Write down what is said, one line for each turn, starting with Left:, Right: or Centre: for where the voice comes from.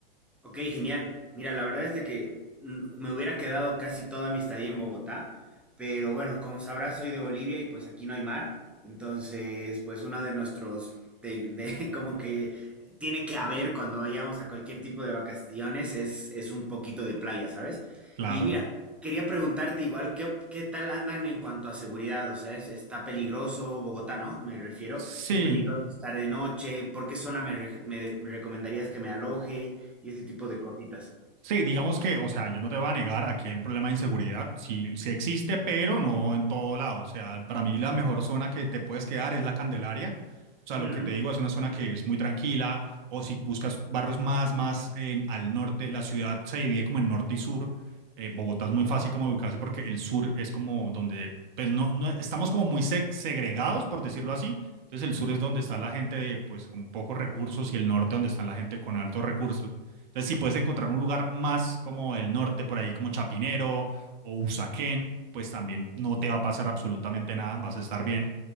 Centre: Ok, genial. Mira, la verdad es de que mm, me hubiera quedado casi toda mi estadía en Bogotá, pero bueno, como sabrás, soy de Bolivia y pues aquí no hay mar, entonces pues una de nuestros, de, de- <laughs> como que tiene que haber cuando vayamos a cualquier tipo de vacaciones es, es un poquito de playa, ¿sabes?
Right: Claro.
Centre: Y mira, quería preguntarte igual, ¿qué, qué tal andan en cuanto a seguridad? O sea, es- está peligroso Bogotá, ¿no? Me refiero,
Right: Sí.
Centre: es peligroso estar de noche, ¿por qué zona me re- me- me recomendarías que me aloje? y ese tipo de cositas.
Right: Sí, digamos que, o sea, yo no te voy a negar, aquí hay un problema de inseguridad, sí, sí existe, pero no en todo lado. O sea, para mí la mejor zona que te puedes quedar es la Candelaria. O sea,
Centre: Ujú,
Right: lo que te digo es una zona que es muy tranquila, o si buscas barrios más, más en- al norte, la ciudad se divide como en norte y sur. Eh, Bogotá es muy fácil como ubicarse porque el sur es como donde, pues no, no estamos como muy se- segregados, por decirlo así. Entonces el sur es donde está la gente de, pues, con pocos recursos y el norte donde está la gente con altos recursos. Entonces, si puedes encontrar un lugar más como el norte, por ahí como Chapinero o Usaquén, pues también no te va a pasar absolutamente nada, vas a estar bien